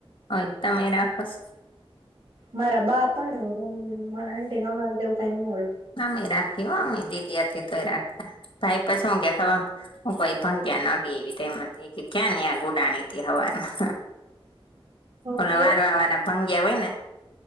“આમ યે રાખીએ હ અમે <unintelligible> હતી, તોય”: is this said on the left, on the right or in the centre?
Left